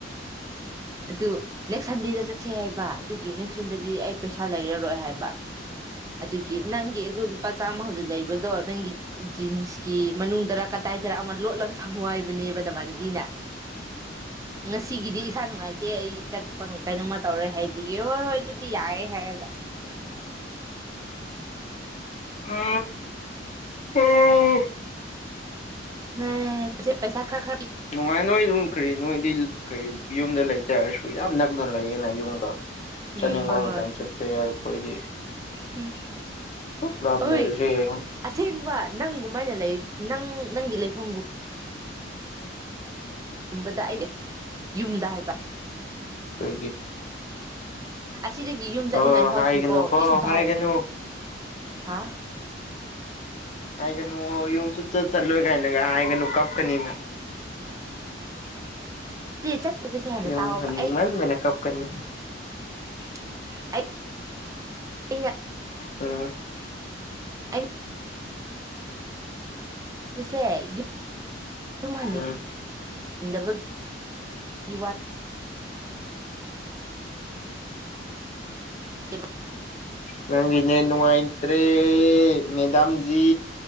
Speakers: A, on the right (about 20°); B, on the left (about 40°).
A: ꯑꯗꯨ ꯅꯦꯛꯁ ꯁꯟꯗꯦꯗ ꯆꯠꯁꯦ ꯍꯥꯏꯕ ꯑꯗꯨꯒꯤ ꯅꯦꯛꯁꯟꯗꯗꯤ ꯑꯩ ꯄꯩꯁꯥ ꯂꯩꯔꯔꯣꯏ ꯍꯥꯏꯕ ꯑꯗꯨꯒꯤ ꯅꯪꯒꯤ ꯑꯗꯨ ꯂꯨꯄꯥ ꯆꯥꯝꯃ ꯍꯧꯖꯤꯛ ꯂꯩꯕꯗꯣ ꯅꯪꯒꯤ ꯖꯤꯟꯁꯀꯤ ꯃꯅꯨꯡꯗ ꯀꯗꯥꯏꯗꯔ ꯑꯃ ꯂꯣꯠꯂꯒ ꯊꯝꯃꯣ ꯍꯥꯏꯕꯅꯦꯕ ꯅꯃꯥꯏꯅ ꯕꯤꯅꯥ ꯉꯁꯤꯒꯤꯗꯤ ꯏꯁꯥ ꯅꯨꯡꯉꯥꯏꯇꯦ ꯑꯩ ꯆꯠꯄ ꯀꯩꯅꯣꯃ ꯇꯧꯔꯦ ꯍꯥꯏꯕꯒꯤ ꯍꯣꯏ ꯍꯣꯏ ꯑꯗꯨꯗꯤ ꯌꯥꯔꯦ ꯍꯥꯏꯔꯒ
B: ꯑ ꯑꯣ
A: ꯅ ꯁꯤ ꯄꯦꯁꯥ ꯈꯔ ꯈꯥ
B: ꯅꯨꯡꯉꯥꯏ ꯅꯣꯏ ꯑꯗꯨꯝ ꯀꯔꯤ ꯅꯣꯏꯗꯤ ꯀꯔꯤ ꯌꯨꯝꯗ ꯂꯩꯇꯦ ꯍꯥꯏꯔꯁꯨ ꯌꯥꯝ ꯅꯛꯅ ꯂꯩꯌꯦꯅ ꯌꯨꯝꯒ
A: ꯎꯝ
B: ꯆꯠꯅꯤꯡꯕ
A: ꯍꯣꯏ
B: ꯑꯃꯇꯪ
A: ꯍꯣꯏ
B: ꯆꯠꯄ ꯌꯥꯏ ꯑꯩꯈꯣꯏꯗꯤ
A: ꯎꯝ
B: ꯁꯨꯛ ꯂꯕ
A: ꯍꯣꯏ
B: ꯂꯩꯔꯁꯦ ꯌꯦꯡꯑꯣ
A: ꯑꯁꯦꯡꯕ ꯅꯪꯒꯨꯝꯃꯥꯏꯅ ꯂꯩ ꯅꯪ ꯅꯪꯒꯤ ꯂꯩꯐꯝꯒꯨꯝ ꯇꯨꯝꯕꯗ ꯑꯩꯅꯦ ꯌꯨꯝꯗ ꯍꯥꯏꯕ
B: ꯀꯩꯒꯤ
A: ꯑꯁꯤꯗꯒꯤ ꯌꯨꯝ ꯆꯠꯅꯤꯡꯉꯥꯏ
B: ꯑꯣ
A: ꯐꯥꯎꯁꯨ
B: ꯍꯥꯏꯒꯅꯨꯀꯣ
A: ꯀꯣ ꯏꯁ ꯚꯥꯔ
B: ꯍꯥꯏꯒꯅꯨ
A: ꯍꯥ
B: ꯍꯥꯏꯒꯅꯨ ꯌꯨꯝ ꯁꯨꯡꯆꯠ ꯆꯠꯂꯣꯏ ꯀꯥꯏꯅ ꯍꯥꯏꯒꯅ ꯀꯞꯀꯅꯤꯅ
A: ꯆꯠꯇꯕꯁꯦ ꯍꯥꯟꯅ
B: ꯌꯨꯝ
A: ꯇꯥꯎꯕ ꯑꯩ
B: <unintelligible> <unintelligible>
A: <unintelligible> ꯑꯩꯅ
B: ꯎꯝ
A: ꯑꯩꯅ <unintelligible>
B: ꯎꯝ
A: ꯋꯥ ꯅꯠꯇꯦꯕꯀꯣ
B: ꯅꯪꯒꯤ ꯅꯦꯠ ꯅꯨꯡꯉꯥꯏꯇ꯭ꯔꯦ ꯃꯦꯗꯥꯝꯖꯤ